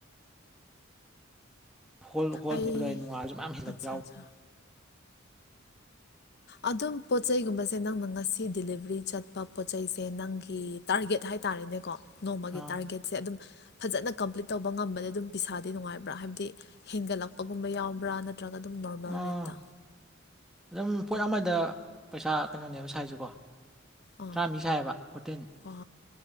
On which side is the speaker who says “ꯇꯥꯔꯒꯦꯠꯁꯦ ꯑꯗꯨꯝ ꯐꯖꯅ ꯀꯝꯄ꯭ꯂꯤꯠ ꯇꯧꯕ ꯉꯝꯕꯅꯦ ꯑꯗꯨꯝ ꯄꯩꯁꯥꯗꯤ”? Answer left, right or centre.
Left